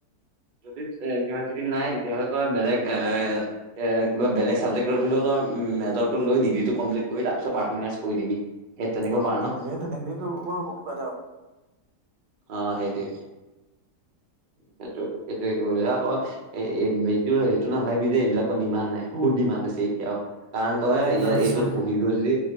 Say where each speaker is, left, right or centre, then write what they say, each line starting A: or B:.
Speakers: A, on the right (about 55°); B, on the right (about 75°).
A: যদি ইউনিভাৰ্চিটিত নাই, তেতিয়াহ'লে তই বেলেগ এ এ কিবা বেলেগ ছাবজেক্টত হ'লেও মেজৰটো লৈ ডিগ্ৰীটো কমপ্লিট কৰি, তাৰপিছত পাৰ্ফমিং আৰ্টছ পঢ়ি দিবি। সেই তেনেকৈ
B: অ,
A: পাৰ
B: তেনেকে
A: ন
B: তেনেকে কৰিব পৰা হ'ব কিবা এটা আও।
A: অ', সেইটোৱে, সেইটো সেইটো কৰিব লাগিব আ তই এ-এব বিটো সেইটো নাভাবিবি যে এইবিলাকৰ ডিমাণ্ড নাই, বহুত ডিমাণ্ড আছে এতিয়াওঁ। কাৰণ তই
B: যিমান
A: ইয়াত এইটোত
B: চা
A: পঢ়ি গৈ যদি